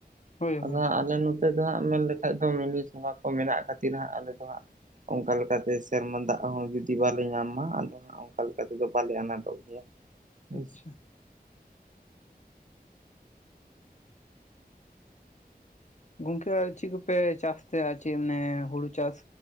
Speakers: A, on the left; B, on the right.
A: ᱦᱳᱭ
B: ᱟᱫᱚ
A: ᱦᱳᱭ
B: ᱦᱟᱸᱜ ᱟᱞᱮ ᱱᱚᱛᱮ ᱫᱚ ᱦᱟᱸᱜ ᱢᱮᱱ ᱞᱮᱠᱷᱟᱡ ᱫᱚ ᱢᱤᱱᱤ <unintelligible> ᱠᱚ ᱢᱮᱱᱟᱜ ᱠᱷᱟᱹᱛᱤᱨ ᱦᱟᱸᱜ ᱟᱞᱮ ᱫᱚ ᱦᱟᱸᱜᱼᱼ ᱚᱱᱠᱟ ᱞᱮᱠᱟᱛᱮ ᱥᱮᱨᱢᱟ ᱫᱟᱜ ᱦᱚᱸ ᱡᱩᱫᱤ ᱵᱟᱞᱮ ᱧᱟᱢᱟ ᱟᱫᱚᱼᱼ ᱚᱱᱠᱟ ᱞᱮᱠᱟ ᱛᱮᱫᱚ ᱵᱟᱞᱮ ᱟᱱᱟᱴᱚᱜ ᱜᱮᱭᱟ ᱦᱳᱭ
A: ᱟᱪᱪᱷᱟ
B: ᱥᱮ ᱾
A: ᱜᱚᱝᱠᱮ ᱟᱨ ᱪᱮᱫ ᱠᱚᱯᱮ ᱪᱟᱥ ᱛᱟᱦᱮᱸ ᱪᱮᱫ ᱢᱟᱱᱮ ᱦᱩᱲᱩ ᱪᱟᱥ